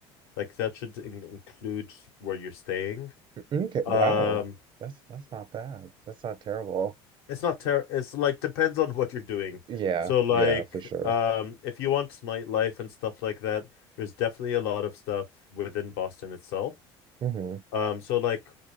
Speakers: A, on the left; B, on the right.
A: Like that should in include where you're staying.
B: Mm-hmm. Okay.
A: Um,
B: Wow. That's that's not bad. That's not terrible.
A: it's not ter it's like depends on what you're doing.
B: Yeah,
A: So like
B: yeah, for sure.
A: um if you want nightlife and stuff like that, there's definitely a lot of stuff within Boston itself.
B: Mm-hmm.
A: Um, so like